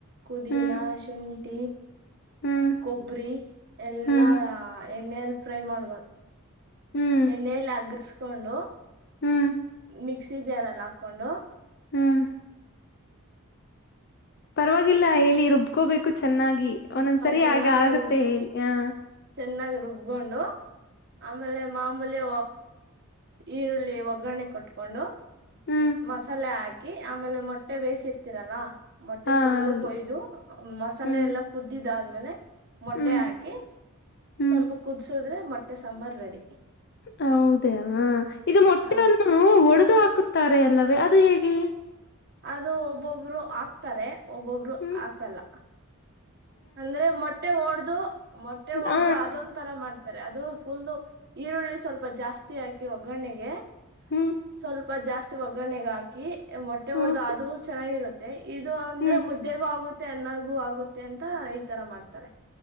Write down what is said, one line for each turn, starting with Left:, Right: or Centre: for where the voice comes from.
Right: ಕುದೀನಾ
Left: ಹ್ಮ್
Right: ಶುಂಠಿ
Left: ಹ್ಮ್
Right: ಕೊಬ್ಬರಿ ಎಲ್ಲಾ
Left: ಹ್ಮ್
Right: ಎಣ್ಣೆಯಲ್ಲಿ ಫ್ರೈ ಮಾಡ್ಬಾರು
Left: ಹ್ಮ್
Right: ಎಣ್ಣೆಯಲ್ಲಿ ಅಗರ್ಸ್ಕೊಂಡು
Left: ಹ್ಮ್
Right: ಮಿಕ್ಸಿ ಜರಲ್ಲಿ ಹಾಕೊಂಡು.
Left: ಹ್ಮ್ ಪರವಾಗಿಲ್ಲ ಹೇಳಿ ರುಬ್ಕೋಬೇಕು ಚೆನ್ನಾಗಿ ಒಂದೊಂದ್ಸರಿ
Right: ಚೆನ್ನಾಗಿ
Left: ಆಗ ಆಗುತ್ತೆ
Right: ರುಬ್
Left: ಹೇಳಿ ಆ
Right: ಚೆನ್ನಾಗಿ ರುಬ್ಕೊಂಡು ಆಮೇಲೆ ಮಾ ಮಲೆ ಈರುಳ್ಳಿ ಒಗ್ಗರಣೆ ಕಟ್ಟಟ್ಕೊಂಡು
Left: ಹ್ಮ್
Right: ಮಸಾಲೆ ಹಾ ಹಾಕಿ ಆಮೇಲೆ ಮೊಟ್ಟೆ ಬೇಯಿಸಿರ್ತೀರಲ್ಲ ಮೊಟ್ಟೆ
Left: ಹಾ
Right: ಸುಲ್ದು
Left: ಹೌದು
Right: ಕೊಯ್ದು ಮೊಸಲೆ
Left: ಹ್ಮ್
Right: ಎಲ್ಲ ಕುದ್ದಿದ್ ಆದ್ಮೇಲೆ ಮೊಟ್ಟೆ
Left: ಹ್ಮ್
Right: ಹಾಕಿ
Left: ಹ್ಮ್
Right: ಸ್ವಲ್ಪ ಕುದ್ಸಿದ್ರೆ ಮೊಟ್ಟೆ ಸಾಂಬಾರ್ ರೆಡಿ
Left: ಹೌದಾ ಇದು ಮೊಟ್ಟೆಯನ್ನು
Right: ಹ
Left: ಒಡೆದು ಹಾಕ ಹಾಕುತ್ತಾರೆ ಅಲ್ಲವೇ ಅದು ಹೇಗೆ
Right: ಅದು ಒಬ್ಬೊಬ್ರು ಆಕ್ತಾರೆ ಒಬ್ಬೊಬ್ರು
Left: ಹ್ಮ್
Right: ಹಾಕಲ್ಲ. ಅಂದ್ರೆ ಮೊಟ್ಟೆ ಒಡ್ದು ಮೊಟ್ಟೆ ಒಡ್ದು
Left: ಹ
Right: ಅದೊಂದ ತರ ಮಾಡ್ತಾರೆ ಅದು ಫುಲ್ಲು ಈರುಳ್ಳಿ ಸ್ವಲ್ಪ ಜಾಸ್ತಿ ಹಾಕಿ ಒಗ್ಗರಣೆಗೆ
Left: ಹ್ಮ್
Right: ಸ್ವಲ್ಪ ಜಾಸ್ತಿ ಒಗ್ಗರಣೆೆಗೆ ಹಾಕಿ ಮೊಟ್ಟೆ
Left: ಹ್ಮ್
Right: ಹೊಡೆದ್ ಅದು ಚೆನ್ನಾಗಿರುತ್ತೆ ಇದು ಅಂದ್ರೆ
Left: ಹ್ಮ್
Right: ಮುದ್ದೆಗೂ ಆಗುತ್ತ ಚೆನ್ನಾಗು ಆಗುತ್ತೆ ಅಂತ ಈ ತರ ಮಾಡ್ತಾರೆ